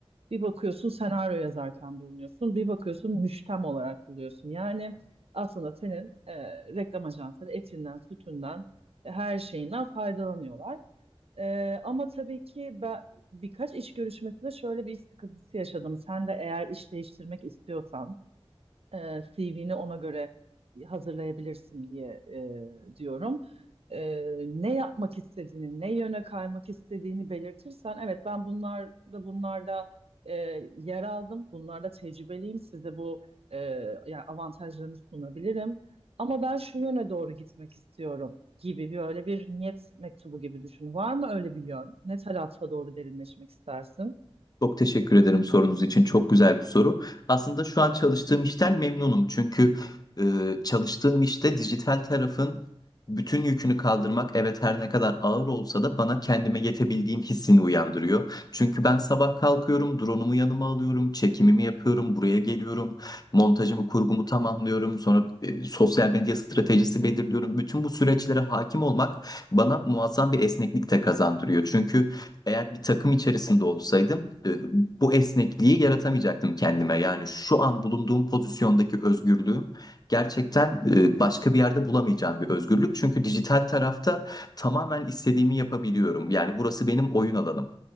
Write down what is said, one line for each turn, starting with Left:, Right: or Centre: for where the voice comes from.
Right: Bir bakıyorsun senaryo yazarken bulunuyorsun, bir bakıyorsun müştem olarak buluyorsun. Yani aslında senin e, reklam ajansları etinden, sütünden, e, her şeyinden faydalanıyorlar. Ee, ama tabii ki ben birkaç iş görüşmesinde şöyle bir iş sıkıntısı yaşadım. Sen de eğer iş değiştirmek istiyorsan e, CV'ni ona göre hazırlayabilirsin diye e, diyorum. E, ne yapmak istediğini, ne yöne kaymak istediğini belirtirsen, evet ben bunlarda bunlarda e, yer aldım, bunlarda tecrübeliyim, size bu e, yani avantajlarını sunabilirim. Ama ben şu yöne doğru gitmek istiyorum gibi bir öyle bir niyet mektubu gibi düşün. Var mı öyle bir yön? Ne tarafa doğru derinleşmek istersin?
Left: Çok teşekkür ederim sorunuz için. Çok güzel bir soru. Aslında şu an çalıştığım işten memnunum. Çünkü e, çalıştığım işte dijital tarafın bütün yükünü kaldırmak evet her ne kadar ağır olsa da bana kendime yetebildiğim hissini uyandırıyor. Çünkü ben sabah kalkıyorum, drone'umu yanıma alıyorum, çekimimi yapıyorum, buraya geliyorum, montajımı, kurgumu tamamlıyorum, sonra e, sosyal medya stratejisi belirliyorum. Bütün bu süreçlere hakim olmak bana muazzam bir esneklik de kazandırıyor. Çünkü eğer bir takım içerisinde olsaydım e, bu esnekliği yaratamayacaktım kendime. Yani şu an bulunduğum pozisyondaki özgürlüğüm gerçekten e, başka bir yerde bulamayacağım bir özgürlük. Çünkü dijital tarafta tamamen istediğimi yapabiliyorum. Yani burası benim oyun alanım.